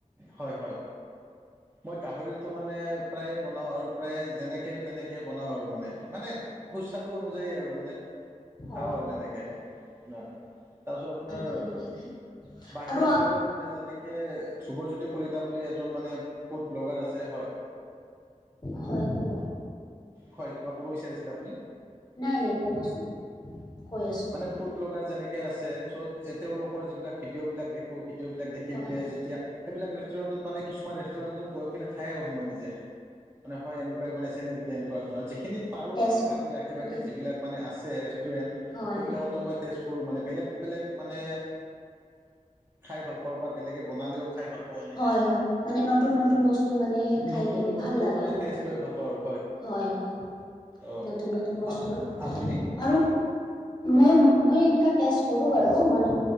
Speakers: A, on the right (about 20°); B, on the left (about 30°).
A: হয় হয়। মই গাহৰিটো মানে প্ৰায়ে বনাওঁ আৰু প্ৰায়ে যেনেকে তেনেকে - বনাওঁ আৰু মানে মানে সুস্বাদু অনুযায়ী আৰু মানে।
B: হয়
A: খাও আৰু এনেকে আপোনাৰ তাৰপিছত আপোনাৰ
B: ভাল লাগে মানে খাই
A: বাহিৰত
B: আৰু
A: গলেও মানে যেনে কে ধ্ৰুৱজ্যোতি কলিতা বুলি এজন মানে ফুড ব্লগাৰ আছে হয়
B: হয় কব
A: হয় কিবা ক'ব বিচাৰিছিল আপুনি
B: নাই নাই ক'বচোন কৈ আছো
A: মানে
B: মই
A: ফুড ব্লগাৰ যেনেকে আছে চ' তেওঁলোকৰ যিবিলাক ভিডিঅ' বিলাক দে ভিডিঅ' বিলাক দেখি
B: হয়
A: পেলাই
B: হয়
A: যেতিয়া- সেইবিলাক ৰেষ্টুৰেণ্টত মানে কিছুমান ৰেষ্টুৰেণ্টত গৈ পেলাই খাই সোমাই নিজে মানে হয় এনেকুৱা- তাই বনাইছে নে বুলি এনেকুৱা ধৰ যিখিনিত পাৰো
B: তেজ
A: আৰু গুৱাহাটীৰ আশে
B: মানে
A: পাশে যিবিলাক মানে আছে। টোৰেন,
B: হয়
A: সেইবিলাকতো
B: হয়
A: মই টেষ্ট- কৰো মানে বেলেগ বেলেগ মানে খাই ভাল পাওঁ বা বেলেগে বনালেও খাই ভাল পাওঁ এনেকে
B: হয় হয়, মানে নতুন নতুন বস্তু মানে খাই
A: নতুন
B: কেনে
A: বস্তু
B: ভাল লাগে
A: মানে
B: আৰু।
A: টেষ্ট লৈ ভাল পাওঁ আৰু
B: হয় হয়
A: অঁ
B: নতুন নতুন বস্তুৰ
A: আপ আপুনি
B: আৰু- মই মই
A: হয়
B: এনেকা টেষ্ট কৰো বাৰু, মানে-